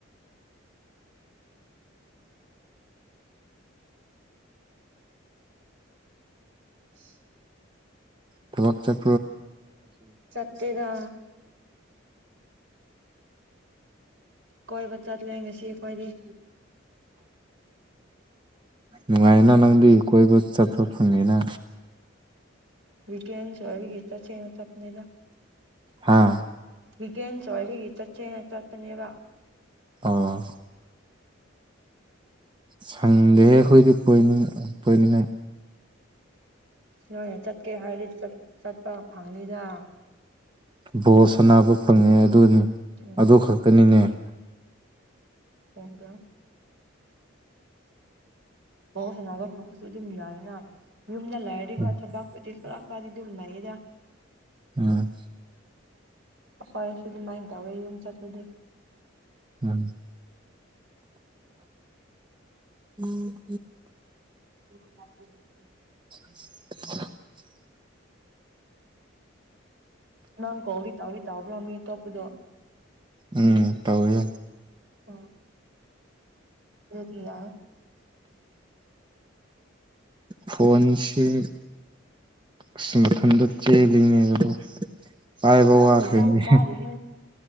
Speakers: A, on the right; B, on the right.
A: <inaudible>
B: ꯊꯂꯛ ꯆꯠ
A: ꯆꯠꯇꯦꯒ ꯀꯣꯏ ꯆꯥ ꯂꯒꯦ ꯁꯤ ꯑꯣꯏꯣꯏ
B: ꯅꯨꯡꯉꯥꯏꯅ ꯅꯪꯗꯤ ꯀꯣꯏꯕꯨ ꯆꯠ ꯆ ꯐꯪꯉꯤꯅ
A: <unintelligible>
B: ꯍꯥꯥ
A: ꯋꯤꯀꯦꯟꯁ ꯑꯣꯏꯕꯒꯤ ꯆꯠꯁꯦꯅ ꯆꯠꯄꯅꯦꯕ
B: ꯑ ꯁꯪꯗꯦꯍꯦ ꯑꯩꯈꯣꯏꯗꯤꯣꯏꯅꯤꯡ ꯄꯣꯏꯅꯤꯡꯉꯥꯏ
A: ꯅꯣꯏ ꯆꯠꯀꯦ ꯍꯥꯏꯔꯗꯤ ꯆꯠꯄ ꯐꯪꯉꯤꯗ
B: ꯕꯣꯁ ꯑꯅꯥꯕ ꯐꯪꯉꯦ ꯑꯗꯨꯅꯤ
A: ꯎꯝ
B: ꯑꯗꯨ ꯈꯛꯇꯅꯤꯅꯦ <inaudible>
A: ꯍꯗ ꯑꯣ ꯁꯥꯟꯅꯕ ꯈꯪꯕꯁꯨ ꯑꯗꯨꯝ ꯌꯥꯏꯅ ꯌꯨꯝꯗ ꯂꯥꯏꯔꯗꯤ
B: ꯎꯝ
A: ꯍ ꯊꯕꯥꯛꯄꯨꯗꯤ ꯈꯔ ꯄꯥ ꯑꯗꯨꯗꯨꯝ ꯃꯔꯦꯗ
B: ꯎꯝ
A: ꯈꯣꯏꯁꯨ ꯑꯗꯨꯃꯥꯏꯅ ꯇꯧꯋꯦ ꯌꯨꯝ ꯆꯠꯂꯗꯤꯦ
B: ꯎꯝ ꯎꯝ
A: ꯎꯝ ꯎꯝ
B: <inaudible>
A: ꯅꯪ ꯀꯣ ꯍꯧꯔꯤ ꯇ ꯍꯧꯔꯤꯇꯥꯕ꯭ꯔꯣ ꯃꯤ ꯇꯄꯗꯣ
B: ꯎꯝ ꯇꯧꯋꯦ
A: ꯎꯝ ꯑꯗꯨꯗꯤꯌꯥ
B: ꯐꯣꯟꯣꯟꯁꯤꯞ ꯑꯁ ꯃꯊꯟꯗ ꯆꯦꯜꯂꯤꯉꯩ ꯑꯗꯣ ꯄꯥꯏꯕꯎꯈꯦꯅꯤ
A: ꯑꯁ ꯐꯖꯅ ꯇꯥꯗꯦꯍꯦ